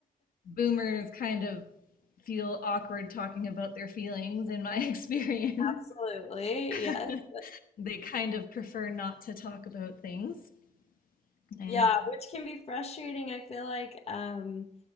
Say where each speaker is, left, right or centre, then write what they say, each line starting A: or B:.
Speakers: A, on the left (about 75°); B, on the left (about 45°).
A: boomers kind of feel awkward talking about their feelings in my experience.
B: Absolutely.
A: <laughs>
B: Yes.
A: they kind of prefer not to talk about things. And
B: Yeah, which can be frustrating. I feel like um